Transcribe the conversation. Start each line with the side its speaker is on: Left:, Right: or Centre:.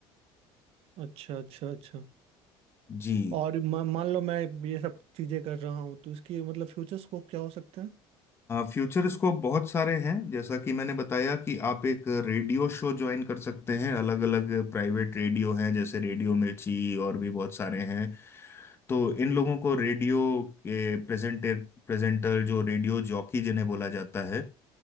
Right: अच्छा अच्छा अच्छा
Left: जी
Right: और म- मान लो मैं ये सब चीजें कर रहा हूँ तो इसकी मतलब फ्यूचर स्कोप क्या हो सकते हैं
Left: फ्यूचर स्कोप बहुत सारे हैं जैसा कि मैंने बताया कि आप एक रेडियो शो ज्वाइन कर सकते हैं अलग अलग प्राइवेट रेडियो हैं जैसे रेडियो मिर्ची और भी बहुत सारे हैं तो इन लोगों को रेडियो के प्रेजेंटर प्रेजेंटर जो रेडियो जॉकी जिन्हें बोला जाता है